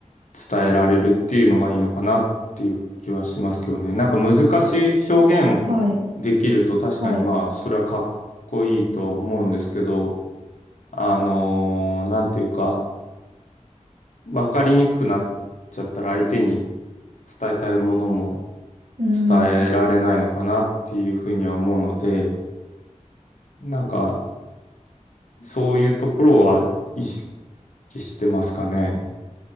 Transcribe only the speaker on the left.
伝えられるっていうのがいいのかなっていう気はしますけどね。なんか難しい表現
できると確かにまあそれはかっこいいとは思うんですけど、
あのーなんていうか分かりにくくなっちゃったら相手に伝えたいものも
伝えられないのかなっていうふうには思うので、なんかそういうところは意識してますかね。